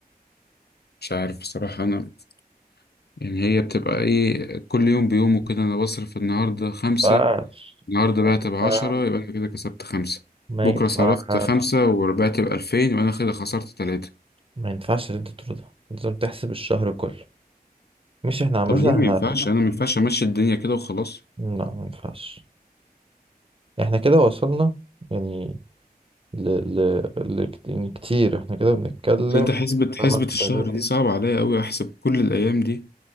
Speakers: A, on the left; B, on the right.
A: مش عارف بصراحة انا يعني هي بتبقى ايه كل يوم بيومه كده انا بصرف النهاردة خمسة
B: مينفعش
A: النهاردة بعت بعشرة
B: ما ينفعش
A: يبقى انا كده كسبت خمسة
B: ما
A: بكرة
B: ينفعش.
A: صرفت خمسة وربحت بألفين يبقى أنا كده خسرت تلاتة
B: ما ينفعش اللي انت تقوله ده لازم تحسب الشهر كله مش احنا عامة
A: طب
B: احنا
A: ليه ما ينفعش انا ما ينفعش امشي الدنيا كده وخلاص
B: لا ما ينفعش احنا كده وصلنا يعني ل... ل... ل... يعني كتير احنا كده بنتكلم
A: اصل انت حسبة
B: 8000
A: حسبة الشهر دي صعبة عليا قوي احسب كل الايام دي